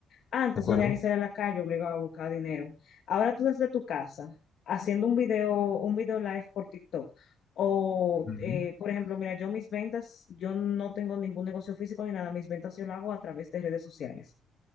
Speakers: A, on the left (about 65°); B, on the left (about 50°).
A: Antes
B: de acuerdo.
A: tenía que salir a la calle obligado a buscar dinero. Ahora tú desde tu casa, haciendo un video, un video live por TikTok. O,
B: Mm,
A: eh, por ejemplo, mira, yo mis ventas, yo no tengo ningún negocio físico ni nada, mis ventas yo lo hago a través de redes sociales.